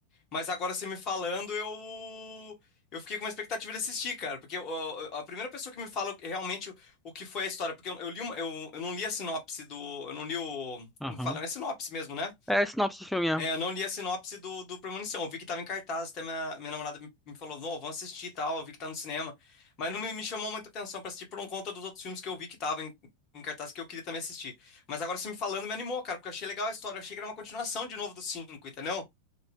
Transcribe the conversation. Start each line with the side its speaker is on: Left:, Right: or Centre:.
Left: mas agora você me falando, eu eu fiquei com uma expectativa de assistir, cara. Porque eu- eu- a primeira pessoa que me fala realmente o, o que foi a história, porque eu, eu li uma- eu, eu não li a sinopse do. Eu não li o.
Centre: Aham.
Left: Como que fala? É sinopse mesmo, né?
Centre: É, a sinopse do filme, é.
Left: É, eu não li a sinopse do, do Premonição. Eu vi que tava em cartaz, até minha, minha namorada me, me falou, não, vamos assistir e tal, eu vi que tá no cinema. Mas não me, me chamou muita atenção pra assistir por um conta dos outros filmes que eu vi que tava em, em cartaz que eu queria também assistir. Mas agora você me falando me animou, cara, porque eu achei legal a história. Eu achei que era uma continuação de novo do cinco, entendeu?